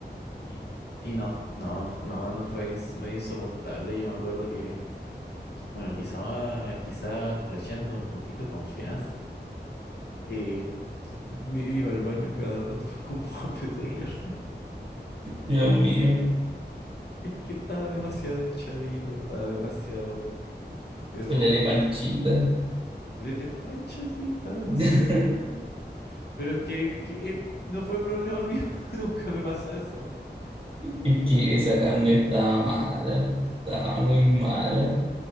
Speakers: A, on the left; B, on the right.
A: Y, y no, no, no, no fue ins- medio insoportable. Yo me acuerdo que, bueno, quizá, quizás flasheando un poquito confianza, eh, me iba al baño cada rato <laughs> como a pedorrear.
B: Dios mío.
A: Es que estaba demasiado hinchadito, estaba demasiado pedorro.
B: Lele panchita.
A: Lele Pancho, sí, está demasiado
B: <laughs>
A: pedo. Pero es que, que eh, no fue problema mío, <laughs> nunca me pasa eso.
B: Es que esa carne estaba mala, estaba muy mala.